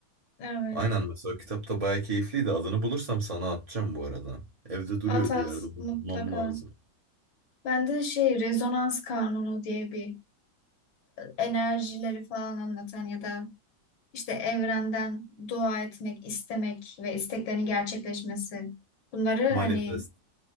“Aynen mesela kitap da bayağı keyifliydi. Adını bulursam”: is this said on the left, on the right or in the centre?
Right